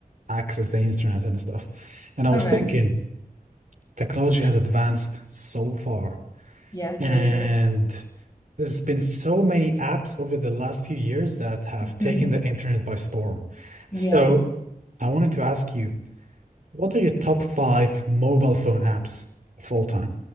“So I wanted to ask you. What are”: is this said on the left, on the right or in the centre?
Right